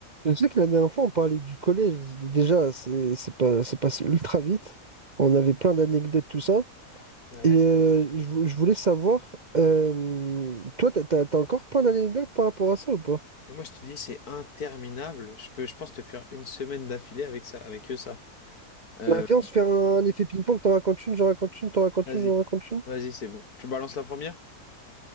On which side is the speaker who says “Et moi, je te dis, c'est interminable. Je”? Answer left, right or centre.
Left